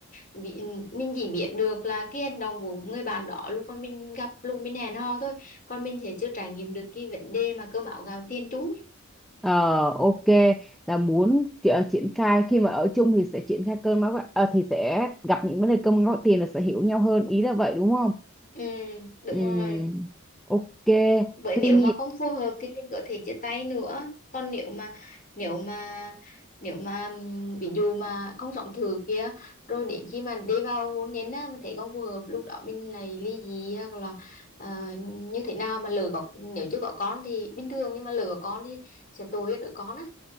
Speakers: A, on the left; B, in the centre.
A: bị, mình chỉ biết được là cái hành động của người bạn đó lúc mà mình gặp lúc mình hẹn hò thôi còn mình sẽ chưa trải nghiệm được cái vấn đề mà cơm áo gạo tiền chúng ấy.
B: Ờ, ok là muốn ti- ờ, triển khai khi mà ở chung thì sẽ triển khai cơn máu gạo- ờ, thì sẽ gặp những vấn đề cơm gạo tiền là sẽ hiểu nhau hơn ý là vậy đúng không?
A: ừ, đúng
B: Ừm,
A: rồi
B: ok
A: Vậy
B: tuy
A: nếu mà không phù hợp thì mình có thể chia tay nữa. Còn nếu mà nếu mà nếu mà ừm, ví dụ mà không sống thử kia rồi đến khi mà đi vào hôn nhân á mình thấy không phù hợp lúc đó mình lại ly dị hoặc là ờ, như thế nào mà lỡ có nếu chưa có con thì bình thường nhưng mà lỡ có con thì sẽ tội cho đứa con á.